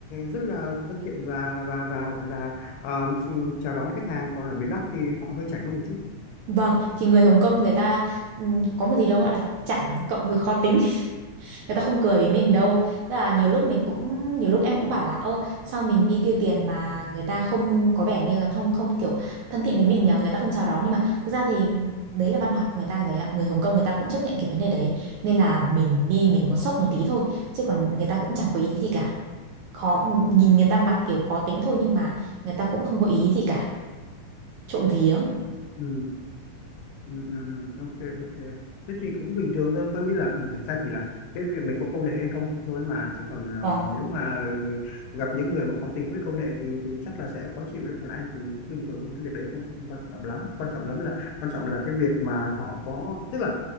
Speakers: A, on the left; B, on the right.
A: rất là thân thiện và và và gọi là ờ, chào đón khách hàng còn ở miền Bắc thì họ hơi chảnh hơn một chút
B: vâng thì người Hồng Kông người ta ừm, có một gì đó gọi là chảnh cộng với khó tính người ta không cười với mình đâu tức là nhiều lúc mình cũng nhiều lúc em cũng bảo là ơ sao mình đi tiêu tiền mà người ta không có vẻ như là thông không kiểu thân thiện với mình nhờ người ta không chào đón nhưng mà thực ra thì đấy là văn hóa của người ta rồi anh ạ người Hồng Kông người ta cũng chấp nhận cái vấn đề đấy nên là mình đi mình có sốc một tí thôi chứ còn người ta cũng chẳng có ý gì cả khó nhìn người ta mặt kiểu khó tính thôi nhưng mà người ta cũng không có ý gì cả trộm vía
A: ừ. Ừ, ừ, ừ, ok ok thế thì cũng bình thường thôi coi như là ừ, thực ra thì là cái việc mình có công nghệ hay không thôi mà chứ còn ờ,
B: Ờ,
A: nếu mà gặp những người mà khó tính với công nghệ thì thì chắc là sẽ khó chịu đấy còn anh thì cũng bình thường thôi cái việc đấy không không, không quan trọng lắm quan trọng lắm là quan trọng là cái việc mà họ có tức là